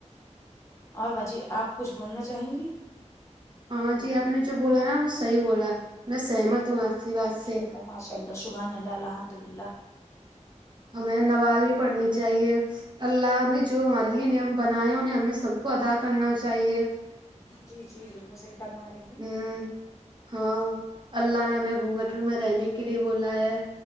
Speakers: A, on the left; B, on the right.
A: اور بھا جی آپ کچھ بولنا چاہیں گی
B: ہاں جی آپ نے جو بولا نا وہ صحی بولا میں سہمت ہوں آپ کی بات
A: ماشاء
B: سے
A: اللہ ماشاء اللہ شبحان اللہ الحمد للہ
B: ہمیں نماز بھی پڑھنی چاہیے اللہ نے جو ہمارے لیے نیم بناائے ہیں انہیں ہمیں سب کو ادا کرنا چاہیے
A: جی جی بالکل صحی فرما رہی ہے
B: ہوں ہاں اللہ نے ہمیں گھونگٹر میں رہنے کے لیے بولا ہے